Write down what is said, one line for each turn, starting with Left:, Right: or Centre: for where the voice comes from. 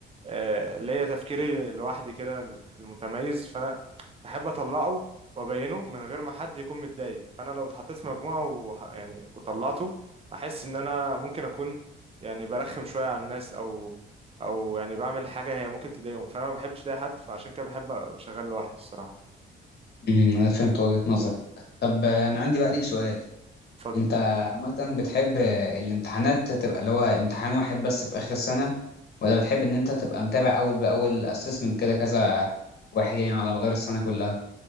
Right: آه، ليا تفكيري لوحدي كده المتميز فانا بحب اطلعه وابينه من غير ما حد يكون متضايق فانا لو اتحطيت في مجموعه وح... يعني وطلعته هحس ان انا ممكن اكون يعني برخم شويه على الناس او او يعني بعمل حاجه هي ممكن تضايقهم فانا ما بحبش ده حد فعشان كده بحب ابقى شغال لوحدي الصراحه
Left: امم انا فهمت وجهة نظرك طب آه، انا عندي بقى ليك سؤال
Right: اتفضل
Left: انت عامة بتحب الامتحانات تبقى اللي هو امتحان واحد بس في آخر السنة ولا بتحب ان انت تبقى متابع اول بأول assessment كده كذا واحد يعني على مدار السنة كلها